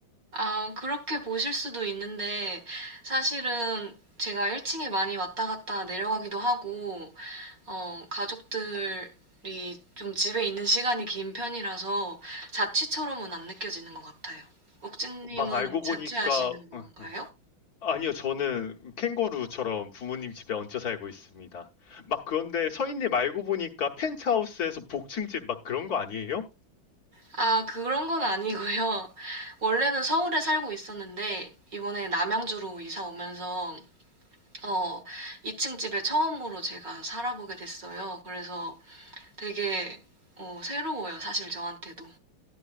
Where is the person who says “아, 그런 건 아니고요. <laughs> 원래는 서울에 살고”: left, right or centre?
Right